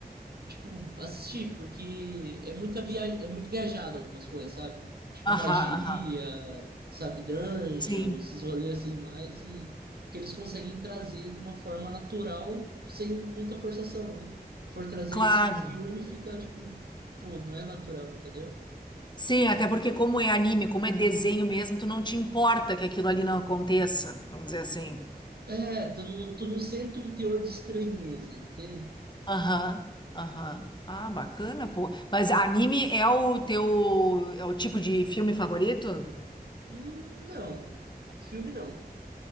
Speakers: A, on the right; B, on the left.
A: tipo, assistir, porque é muita via, é muito viajado algumas coisas, sabe? Tipo
B: Aham,
A: magia,
B: aham.
A: sabe, dungeon,
B: Sim,
A: esses rolês assim mais e que eles conseguem trazer de uma forma natural, sem muita forçação, né? For trazer
B: claro.
A: isso em filme, fica tipo, pô, não é natural, entendeu?
B: Sim, até porque como é anime, como é desenho mesmo, tu não te importa que aquilo ali não aconteça, vamos dizer assim.
A: É, tu não, tu não sente um teor de estranheza, entende?
B: Aham, aham. Ah, bacana, pô. Mas anime é o teu, é o tipo de filme favorito?
A: Hum, Não, filme não.